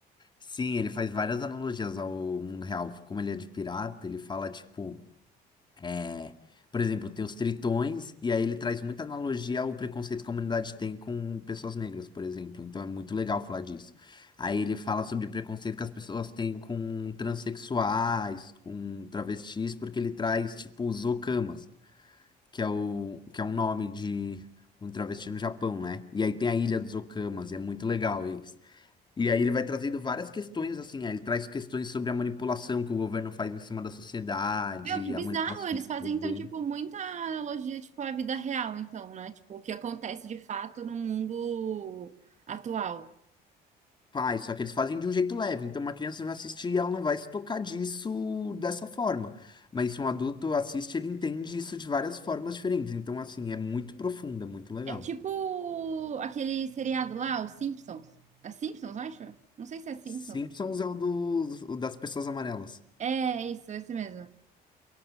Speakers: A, on the left; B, on the right.
A: Sim, ele faz várias analogias ao mundo real. Como ele é de pirata, ele fala, tipo. É. Por exemplo, tem os tritões, e aí ele traz muita analogia ao preconceito que a comunidade tem com pessoas negras, por exemplo. Então é muito legal falar disso. Aí ele fala sobre preconceito que as pessoas têm com transexuais, com travestis, porque ele traz, tipo, os okamas, que é o, que é um nome de um travesti no Japão, né? E aí tem a Ilha dos Okamas, e é muito legal eles. E aí ele vai trazendo várias questões, assim, aí ele traz questões sobre a manipulação que o governo faz em cima da sociedade,
B: Meu, que bizarro!
A: a manipulação
B: Eles
A: de
B: fazem,
A: poder.
B: então, tipo, muita analogia, tipo, à vida real, então, né? Tipo, o que acontece de fato no mundo atual.
A: Faz, só que eles fazem de um jeito leve. Então, uma criança vai assistir e ela não vai se tocar disso dessa forma. Mas se um adulto assiste, ele entende isso de várias formas diferentes. Então, assim, é muito profunda, muito legal.
B: É tipo aquele seriado lá, os Simpsons. É Simpsons, eu acho? Não sei se é Simpsons.
A: Simpsons é o, dos o das pessoas amarelas.
B: É isso, é esse mesmo.